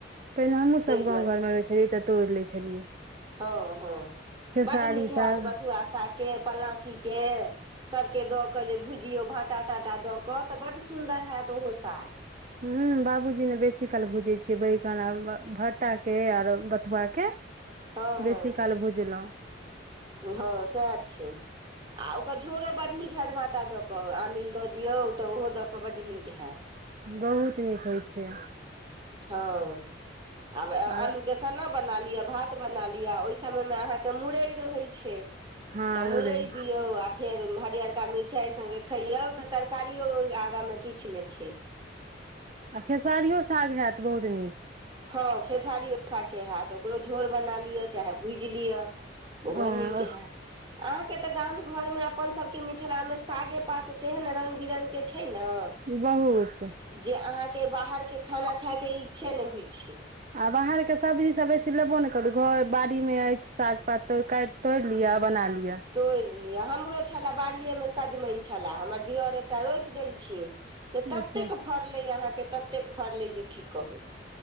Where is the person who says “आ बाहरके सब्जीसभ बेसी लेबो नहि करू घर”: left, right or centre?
Right